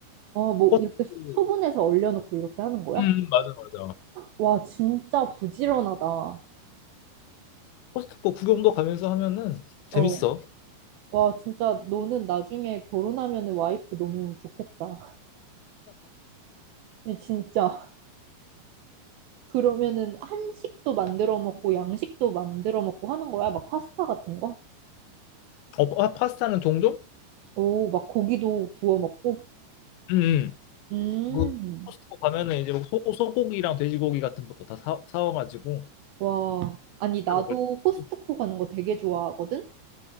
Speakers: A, on the right; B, on the left.
A: 뭐
B: 코스트코
A: 이렇게 소- 소분해서 얼려놓고 이렇게 하는 거야?
B: 음, 맞아, 맞아.
A: 와, 진짜 부지런하다.
B: 코스트코 구경도 가면서 하면은 재밌어.
A: 어, 와, 진짜 너는 나중에 결혼하면 와이프 너무 좋겠다. <laughs> 진짜. 그러면은 한식도 만들어 먹고 양식도 만들어 먹고 하는 거야? 막 파스타 같은 거?
B: 어, 파- 파스타는 종종?
A: 오, 막 고기도 구워 먹고?
B: 음, 음.
A: 음,
B: 그 코스트코 가면은 이제 뭐 소, 소고기랑 돼지고기 같은 것도 다 사, 사와가지고
A: 와. 아니, 나도
B: 파스타 먹을 때.
A: 코스트코 가는 거 되게 좋아하거든?